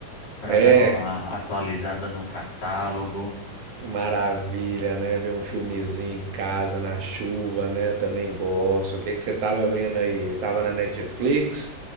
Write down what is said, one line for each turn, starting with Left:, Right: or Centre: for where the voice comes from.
Left: para
Right: É,
Left: dar uma atualizada no catálogo.
Right: maravilha, né? Ver um
Left: É,
Right: filmezinho em casa na chuva, né? Eu também gosto.
Left: o
Right: O que é que você tava vendo aí? Tava na Netflix